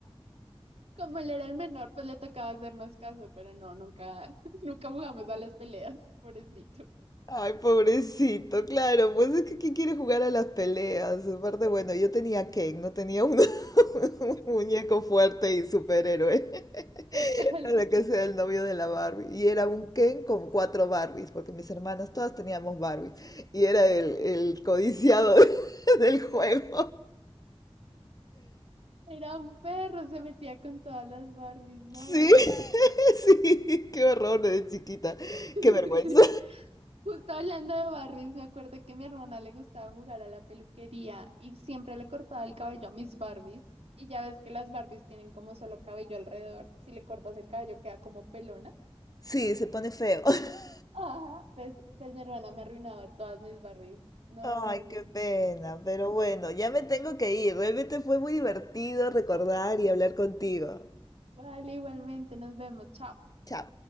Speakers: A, on the right (about 80°); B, on the left (about 35°).
A: <laughs> Como él era el menor, pues le tocaba hacernos caso, pero no, nunca, <laughs> nunca jugamos a las peleas, pobrecito.
B: Ay, pobrecito, claro, pues es que ¿quién quiere jugar a las peleas? Aparte, bueno, yo tenía Ken, no tenía un, <laughs> un muñeco fuerte y superhéroe
A: Total,
B: <laughs> para que sea el novio de la Barbie. Y era un Ken con cuatro Barbies, porque mis hermanas todas teníamos Barbies. Y era el, el codiciado <laughs> del juego.
A: era un perro, se metía con todas las Barbies, no.
B: Sí, <laughs> sí, qué horror de chiquita,
A: <laughs>
B: qué vergüenza.
A: Sí. Justo hablando de Barbies, me acuerdo que a mi hermana le gustaba jugar a la peluquería y siempre le cortaba el cabello a mis Barbies. Y ya ves que las Barbies tienen como solo cabello alrededor. Si le cortas el cabello queda como pelona.
B: Sí, se pone feo. <laughs>
A: Ajá, pues, pues mi hermana me arruinaba todas mis Barbies. No,
B: Ay,
A: no.
B: qué pena, pero bueno, ya me tengo que ir. Realmente fue muy divertido recordar y hablar contigo.
A: Vale, igualmente, nos vemos. Chao.
B: Chao.